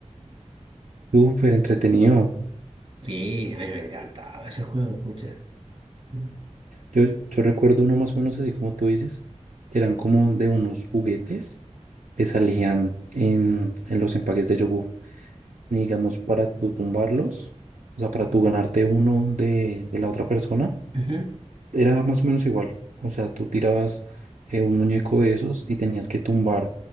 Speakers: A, on the right; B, on the right.
A: Súper entretenido.
B: Sí, a mí me encantaba ese juego, pucha. Ujú,
A: Yo, yo recuerdo uno más o menos así como tú dices, que eran como de unos juguetes que salían en, en los empaques de yogur. Y digamos, para tú tumbarlos, o sea, para tú ganarte uno de, de la otra persona,
B: ujú.
A: era más o menos igual. O sea, tú tirabas eh, un muñeco de esos y tenías que tumbar